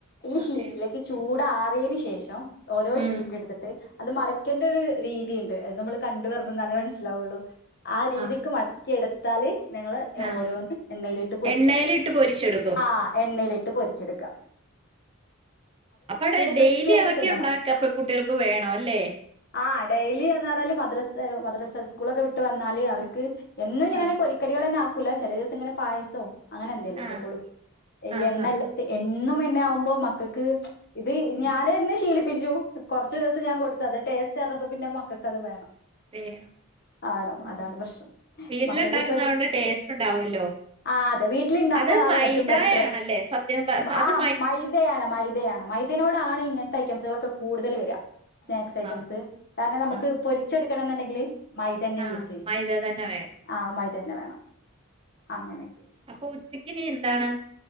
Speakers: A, on the left (about 50°); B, on the right (about 25°).
A: ഈ
B: ഓക്കെ
A: ഷീറ്റിലേക്ക് ചൂ ടാറിയെന് ശേഷം ഓരോ
B: ഉം
A: ഷീറ്റ്ട്ത്തിട്ട് അത് മടക്കേണ്ടോരു രീതിയിണ്ട് അത് നമ്മള് കണ്ട് പറഞ്ഞ് തന്നാലേ മനസ്സിലാവുള്ളൂ ആ രീതിക്ക്
B: ആഹ്
A: മ ടക്കി എടുത്താല് നിങ്ങള്
B: ആഹ്
A: ഓരോന്ന് എണ്ണയിലിട്ട് പൊരിക്കാ
B: എണ്ണയിലിട്ട് പൊരിച്ചെടുക്കും
A: ആഹ് എണ്ണയിലി ട്ട് പൊരിചെടുക്കാം
B: അപ്പടെ ഡെയിലി
A: ക്രിസ്പി ആയിട്ട്
B: അതൊക്കെ
A: തിന്നണം
B: ഉണ്ടാക്ക അപ്പൊ കുട്ടികൾക്ക് വേണോല്ലേ
A: ആഹ് ഡെയിലി എന്ന് പറല് മദ്രസ മദ്രസ് സ്കൂളൊക്കെ വിട്ട് വന്നാല് അവര്ക്ക് എന്നും ഞാന്
B: ആഹ്
A: പൊരിക്കടികളെന്നാക്കൂല ചെലെസം ഇങ്ങനെ പായസോ അങ്ങനെ എന്തേലോക്കെ
B: ആഹ്
A: കൊടു ഈ
B: ആഹ്
A: എണ്ണല്ലാത്ത
B: ആഹ് ആഹ്
A: എന്നും എണ്ണയാവുമ്പോ മക്കക്ക് ഇത്
B: ഉം
A: ഞാൻ എന്നെ ശീലി പ്പിച്ചു കുറച്ച് ദിവസം ഞാൻ കൊടുത്തത് ടേസ്റ്റ് അറിഞ്ഞപ്പോ പിന്നെ മക്കക്കത് വേണം
B: <unintelligible>
A: മാണം
B: ഉം
A: അതാണ് പ്രശ്നം
B: വീട്ടിലുണ്ടാക്കുന്നതോണ്ട്
A: മക്കക്കിപ്പത്
B: ടേസ്റ്റ് ഉണ്ടാവല്ലോ
A: ആ അത് വീട്ടില് ഇണ്ടാക്ക്ണതാണ്
B: അത് മൈദയാണല്ലേ
A: ഏറ്റവും ബെത്രർ
B: സത്യം പ
A: ആ
B: അത്
A: മൈ ദയാണ് മൈദയാണ് മൈദനോടാണ് ഇങ്ങൻത്തെ ഐറ്റംസുകളൊക്ക കൂടുതല് വര സ്നാക്സ്
B: ആഹ്
A: ഐറ്റംസ്
B: ആഹ്
A: കാര്ണം നമുക്ക്
B: ആഹ്
A: പൊരിച്ചട്ക്കണം ന്ന്ണ്ടെങ്കില് മൈദെന്നെ
B: ആഹ്
A: യൂസെയ്യും
B: മൈദ തന്നെ വേണം
A: ആ മൈദെന്നെ വേണം അങ്ങനെക്കെ
B: അപ്പ ഉച്ചക്കിനി എന്താണ്